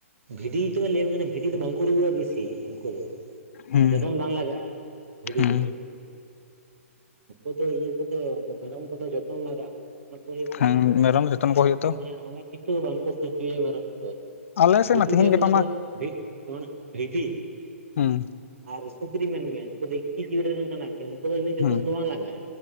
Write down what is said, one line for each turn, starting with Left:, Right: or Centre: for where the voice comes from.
Right: ᱵᱷᱤᱰᱤ ᱫᱚ ᱞᱟᱹᱭᱟᱢ ᱠᱟᱱᱟ ᱵᱷᱤᱰᱤ ᱫᱚ ᱵᱟᱝᱠᱚ ᱨᱩᱣᱟᱹᱼᱟ ᱵᱮᱥᱤ ᱩᱱᱠᱩ ᱫᱚ
Left: ᱦᱩᱸ
Right: ᱡᱚᱛᱚᱱ ᱵᱟᱝ ᱞᱟᱜᱟᱜᱼᱟ ᱵᱷᱤᱰᱤ
Left: ᱦᱩᱸ
Right: ᱫᱚ ᱱᱩᱠᱩ ᱫᱚ ᱤᱭᱟᱹ ᱠᱚᱫᱚ ᱢᱮᱨᱚᱢ ᱠᱚᱫᱚ ᱡᱚᱛᱚᱱ ᱞᱟᱜᱟᱜᱼᱟ ᱦᱩᱭᱩᱜ ᱛᱟᱢᱟ
Left: ᱦᱮᱸ ᱢᱮᱨᱚᱢ ᱡᱚᱛᱚᱱ
Right: ᱟᱨ
Left: ᱠᱚ ᱦᱩᱭᱩᱜ
Right: ᱱᱩᱠᱩ
Left: ᱛᱚ
Right: ᱫᱚ ᱦᱟᱸᱜ ᱚᱱᱮᱠ ᱠᱤᱪᱷᱩ ᱵᱟᱝᱠᱚ ᱥᱳᱡᱡᱳᱭᱟ ᱢᱮᱨᱚᱢ ᱫᱚ
Left: ᱟᱞᱮ ᱥᱮᱫ
Right: ᱵᱷᱤᱰᱤ
Left: ᱢᱟ ᱛᱤᱦᱤᱧ
Right: ᱫᱚ ᱦᱩᱭᱩᱜ
Left: ᱜᱟᱯᱟ
Right: ᱠᱟᱱᱟ
Left: ᱢᱟ
Right: ᱠᱚ <unintelligible> ᱵᱷᱤᱰᱤ
Left: ᱦᱩᱸ
Right: ᱟᱨ ᱥᱩᱠᱨᱤ ᱢᱮᱱᱢᱮ ᱩᱱᱠᱩ ᱫᱚ ᱮᱠᱤ ᱡᱤᱭᱟᱹᱞᱤ ᱨᱮᱱ ᱠᱟᱱᱟ ᱠᱤᱱ ᱩᱱᱠᱩ ᱫᱚ ᱤᱱᱟᱹᱜ ᱡᱚᱛᱚᱱ
Left: ᱦᱩᱸ
Right: ᱫᱚ ᱵᱟᱝ ᱞᱟᱜᱟᱜᱼᱟ